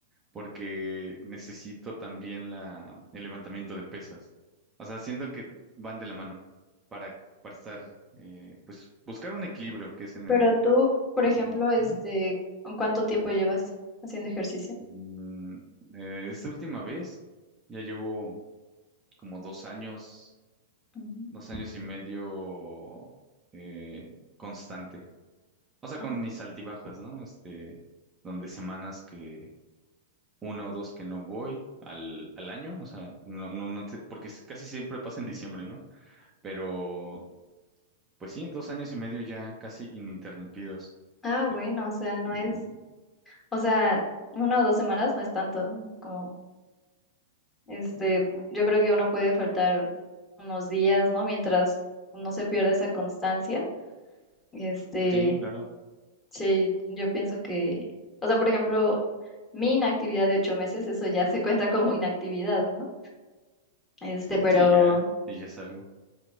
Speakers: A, on the right; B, on the left.
A: porque necesito también la, el levantamiento de pesas. O sea, siento que van de la mano para, para estar, eh, pues, buscar un equilibrio que es en
B: Pero
A: el...
B: tú, por
A: mm,
B: ejemplo, este,
A: ujú.
B: ¿en cuánto tiempo llevas haciendo ejercicio?
A: Mm, eh, esta última vez ya llevo como dos años
B: Mm,
A: dos años y medio eh, constante. O sea, con
B: Ah,
A: mis altibajas, ¿no? Este, donde semanas que una o dos que no voy al, al año, o sea, no, no, no te- porque es- casi siempre pasa en diciembre, ¿no? Pero, pues sí, dos años y medio ya casi ininterrumpidos.
B: ah, bueno,
A: De-
B: o sea, no
A: Y,
B: es, o sea, una o dos semanas no es tanto, como, este, yo creo que uno puede faltar unos días, ¿no? Mientras no se pierde esa constancia, este,
A: sí, claro,
B: Sí, yo pienso que, o sea, por ejemplo, mi inactividad de ocho meses, eso ya se cuenta como inactividad, ¿no? Este, pero,
A: sí, ya, sí, ya es algo.